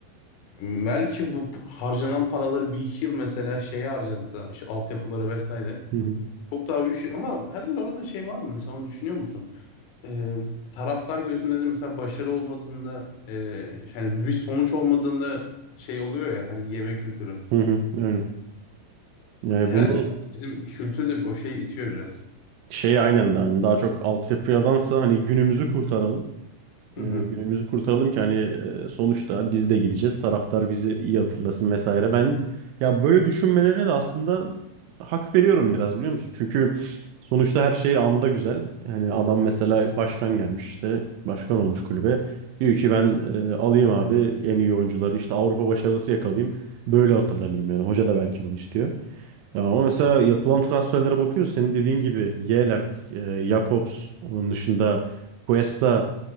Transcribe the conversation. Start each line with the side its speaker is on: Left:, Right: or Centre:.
Left: Belki bu p- harcanan paraları bir iki yıl mesela şeye harcansa işte altyapılara vesaire.
Right: Hı hı.
Left: Çok daha büyük şey ama herhalde orada şey var mı? Mesela onu düşünüyor musun? e, taraftar gözünde de mesela başarı olmadığında e, yani bir sonuç olmadığında şey oluyor ya hani yeme kültürü.
Right: Hı hı. Öyle. Yani
Left: Herhalde
Right: bunu
Left: biraz bizim kültür de o şey itiyor biraz.
Right: şey aynen hani daha çok altyapıdansa hani günümüzü kurtaralım.
Left: Hı
Right: e,
Left: hı.
Right: günümüzü kurtaralım ki hani e, sonuçta biz de gideceğiz. Taraftar bizi iyi hatırlasın vesaire. Ben ya böyle düşünmelerine de aslında hak veriyorum biraz biliyor musun? Çünkü sonuçta her şey anda güzel. Yani adam mesela başkan gelmiş işte başkan olmuş kulübe. Diyor ki ben e, alayım abi en iyi oyuncuları işte Avrupa başarısı yakalayayım. Böyle hatırlanayım yani. Hoca da belki bunu istiyor. Ya ama mesela yapılan transferlere bakıyoruz. Senin dediğin gibi Yelert, e, Jakobs, onun dışında Cuesta